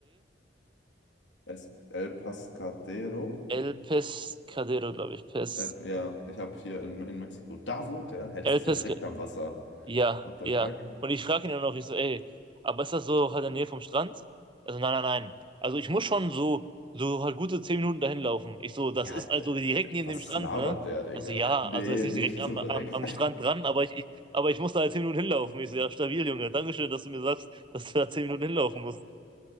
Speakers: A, on the left; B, on the right.
A: Es, El Pascadero.
B: El Pescadero, glaube ich. Pes,
A: Äh, ja, ich habe hier in, in Mexiko. Da wohnt er. Hä, das
B: El
A: ist
B: Pescadero.
A: ja direkt am Wasser.
B: Ja,
A: What the
B: ja.
A: fuck?
B: Und ich frage ihn dann noch, ich so, ey, aber ist das so halt in der Nähe vom Strand? Also nein, nein, nein. Also ich muss schon so, so halt gute zehn Minuten dahin laufen. Ich so,
A: Ja,
B: das ist also
A: d-
B: direkt neben
A: was
B: dem Strand,
A: labert
B: ne?
A: der, Digga?
B: Also ja,
A: Nee,
B: also jetzt nicht
A: nicht
B: direkt am,
A: so direkt.
B: am, am
A: <laughs>
B: Strand dran, aber ich, ich, aber ich muss da halt zehn Minuten hinlaufen. Ich so, ja, stabil, Junge. Dankeschön, dass du mir sagst, dass du da zehn Minuten hinlaufen musst.